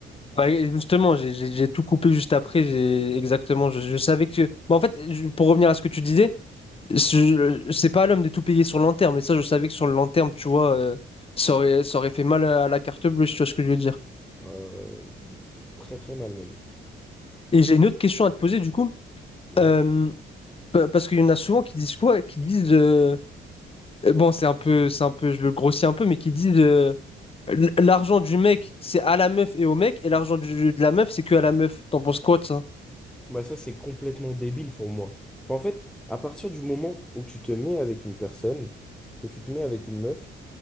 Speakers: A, on the left; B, in the centre.
A: Bah, et justement, j'ai j'ai- j'ai tout coupé juste après. j'ai- Exactement, je, je savais que... Bah, en fait, je- pour revenir à ce que tu disais, Je- C'est pas à l'homme de tout payer sur le long terme, mais ça, je savais que sur le long terme, tu vois, euh, ça aurait, ça aurait fait mal à à la carte bleue, si tu vois ce que je veux dire.
B: Euh, très très mal même.
A: Et j'ai une autre question à te poser, du coup,
B: Ouais.
A: euh, pa- parce qu'il y en a souvent qui disent quoi? Qui disent, euh, euh, bon, c'est un peu, c'est un peu, je le grossis un peu, mais qui disent, euh, l- l'argent du mec, c'est à la meuf et au mec, et l'argent du- de la meuf, c'est que à la meuf. T'en penses quoi de ça?
B: Bah ça, c'est complètement débile pour moi. Bah, En fait, à partir du moment où tu te mets avec une personne, que tu te mets avec une meuf,